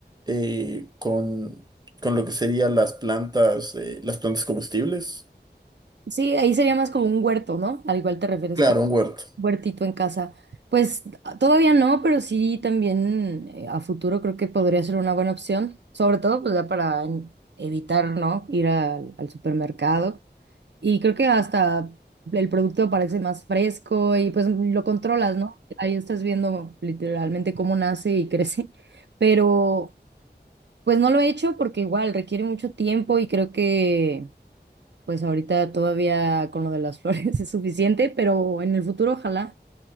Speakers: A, on the right; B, on the right.
A: eh, con, con lo que serían las plantas, eh, las plantas comestibles?
B: Sí, ahí sería más como un huerto, ¿no? Al igual te refieres
A: Claro,
B: como
A: un huerto.
B: un huertito en casa. Pues a- todavía no, pero sí también eh, a futuro creo que podría ser una buena opción, sobre todo pues ya para en- evitar, ¿no? Ir al al supermercado. Y creo que hasta el producto parece más fresco y pues lo controlas, ¿no? Ahí estás viendo literalmente cómo nace y <laughs> crece, pero... Pues no lo he hecho porque igual requiere mucho tiempo y creo que pues ahorita todavía con lo de las flores <laughs> es suficiente, pero en el futuro ojalá,